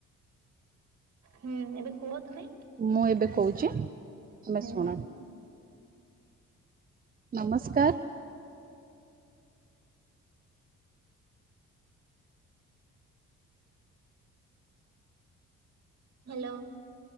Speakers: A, on the right (about 60°); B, on the right (about 30°).
A: ହୁଁ ଏବେ କୁହ ତୁମେ।
B: ମୁଁ ଏବେ କହୁଛି ତୁମେ
A: ହୁଁ
B: ଶୁଣ। ନମସ୍କାର।
A: ହାଲୋ।